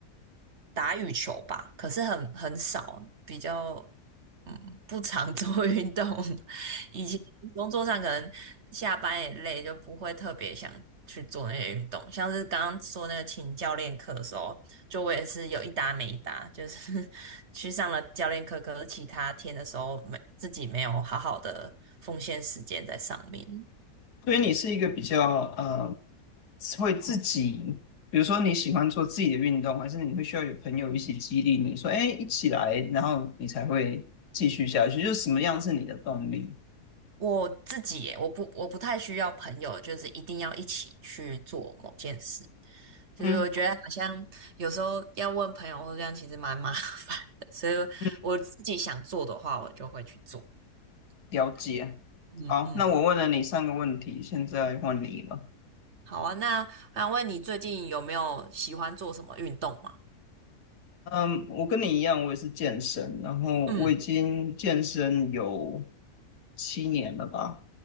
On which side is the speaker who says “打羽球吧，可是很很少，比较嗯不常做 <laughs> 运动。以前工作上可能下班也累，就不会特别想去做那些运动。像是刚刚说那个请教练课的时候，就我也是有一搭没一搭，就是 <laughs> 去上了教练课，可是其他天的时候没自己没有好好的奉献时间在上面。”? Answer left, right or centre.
Right